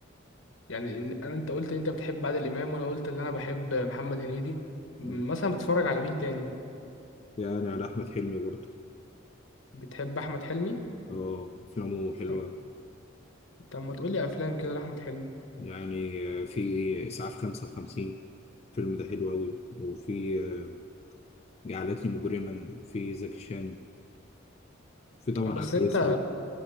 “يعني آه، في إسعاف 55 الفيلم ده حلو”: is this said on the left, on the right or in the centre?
Left